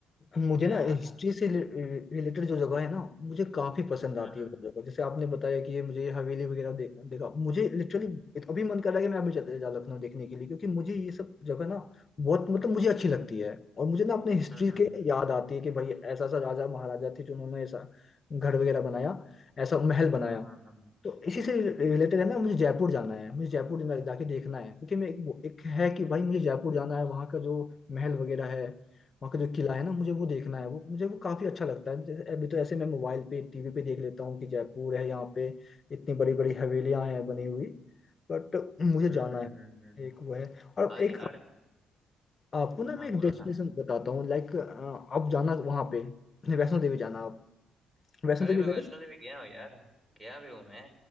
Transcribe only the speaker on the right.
क्या
हम्म
हम्म हम्म
हम्म हम्म हम्म
हम्म
हम्म,
हम्म, हम्म।
हाँ
यार
हाँ
बोलो
ना
अरे
मैं
वैष्णो
देवी गया हूँ यार गया भी हूँ मैं